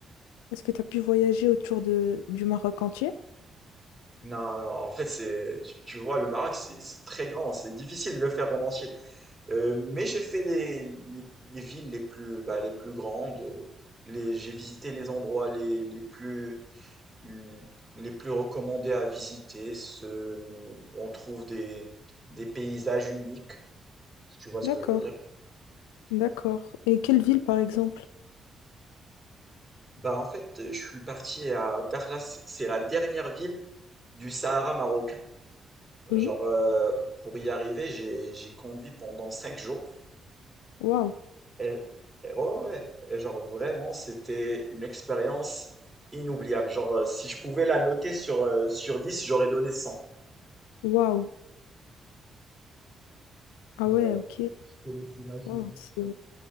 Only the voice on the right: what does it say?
Non, non, en fait, c'est, tu, tu vois, le Maroc, c'est c'est très grand, c'est difficile de le faire en entier. Euh, mais j'ai fait les, les, les villes les plus, bah, les plus grandes, euh, les, j'ai visité les endroits les, les plus, les plus recommandés à visiter, ceux où on trouve des, des paysages uniques, si tu vois ce
que je veux dire.
Bah en fait, euh, je suis parti à Dakhla, c'est c'est la dernière ville du Sahara marocain.
Genre, euh, pour y arriver, j'ai j'ai conduit pendant cinq jours.
Et, et ouais, ouais, ouais. et genre vraiment, c'était une expérience inoubliable. Genre, euh, si je pouvais la noter sur, euh, sur 10, j'aurais donné 100.
Ouais,
je te laisse imaginer.